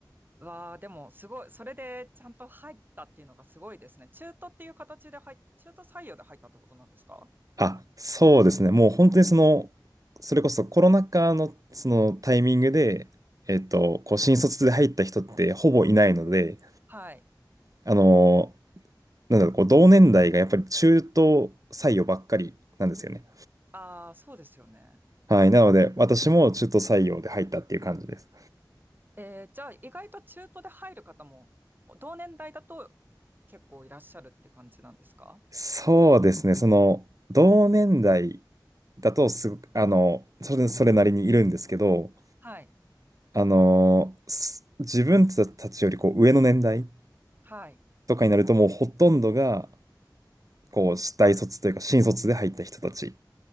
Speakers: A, on the right; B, on the right.
A: わあ、でもすごい、それでちゃんと入ったっていうのがすごいですね。中途っていう形で入っ、中途採用で入ったってことなんですか
B: あ、そうですね。もう本当にその、それこそコロナ禍のそのタイミングで、えっと、こう、新卒で入った人ってほぼいないので、
A: はい。
B: あの、なんだろう、こう、同年代がやっぱり中途採用ばっかりなんですよね。
A: ああ、そうですよね。
B: はい。なので、私も中途採用で入ったっていう感じです。
A: えー、じゃあ意外と中途で入る方も、同年代だと結構いらっしゃるって感じなんですか
B: そうですね。その、同年代だとすごく、あの、それ、それなりにいるんですけど、
A: はい。
B: あの、す自分たちよりこう上の年代
A: はい。
B: とかになると、もうほとんどが、こう、大卒というか、新卒で入った人たち。